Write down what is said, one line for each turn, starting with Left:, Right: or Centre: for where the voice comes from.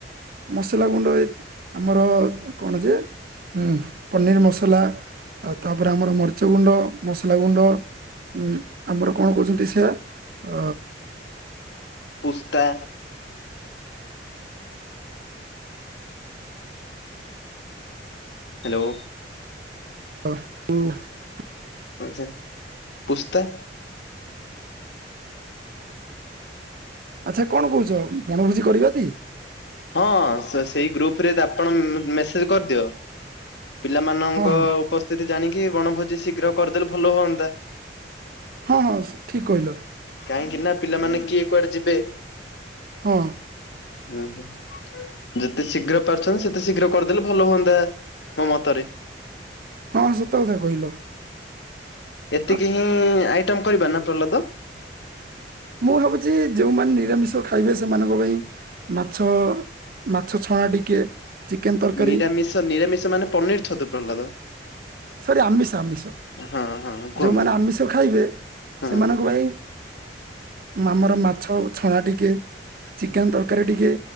Right: ମସଲା ଗୁଣ୍ଡ ଆମର କଣ ଯେ ଉଁ ପନିର ମସଲା। ଆଉ ତାପରେ ଆମର ମରିଚ ଗୁଣ୍ଡ ମସଲା ଗୁଣ୍ଡ। ଉଁ ଆମର କଣ କହୁଛନ୍ତି ସେଆ ଅ
Left: ପୁସ୍ତ।। ହ୍ୟାଲୋ।
Right: <unintelligible>
Left: ଆଚଛା ପୁସ୍ତା।
Right: ଆଚ୍ଛା କଣ କହୁଛ ବଣଭୋଜି କରିବା କି?
Left: ହଁ ସେଇ ଗ୍ରୁପ ରେ ଆପଣ ମେସେଜ କରିଦିଅ। ପିଲାମାନଙ୍କ
Right: ହଁ ହଁ
Left: ଉପସ୍ଥିତି ଜାଣିକି ବଣଭୋଜି ଶୀଘ୍ର କରିଦେଲେ ଭଲ ହୁଅନ୍ତା।
Right: ହଁ ହଁ ଠିକ କହିଲ।
Left: କାହିଁକି ନା ପିଲାମାନେ କିଏ କୁଆଡେ ଯିବେ।
Right: ହଁ।
Left: ହୁଁ ହୁଁ ଯେତେ ଶୀଘ୍ର ପାରୁଛନ୍ତି ସେତେ ଶୀଘ୍ର କରିଦେଲେ ଭଲ ହୁଅନ୍ତା ମୋ ମତରେ
Right: ହଁ ସତ କଥା କହିଲ
Left: ଏତିକି
Right: ଆଉ
Left: ହିଁ ଆଇଟମ କରିବା ନା ପ୍ରହ୍ଲାଦ
Right: ମୁଁ ଭାବୁଛି ଯୋଉମାନେ ନିରାମିଷ ଖାଇବେ ସେମାନଙ୍କ ପାଇଁ ମାଛ ମାଛ ଛଣା ଟିକେ ଚିକେନ ତରକାରୀ
Left: ନିରାମିଷ ନିରାମିଷ ମାନେ ପନିର ଛତୁ ପ୍ରହ୍ଲାଦ
Right: ସରି ଆମିଷ ଆମିଷ
Left: ହଁ ହଁ କୁହନ୍ତୁ।
Right: ଯୋଉମାନେ ଆମିଷ ଖାଇବେ
Left: ହଁ
Right: ସେମାନଙ୍କ ପାଇଁ ଆମର ମାଛ ଛଣା ଟିକେ ଚିକେନ
Left: ହଁ
Right: ତରକାରୀ ଟିକେ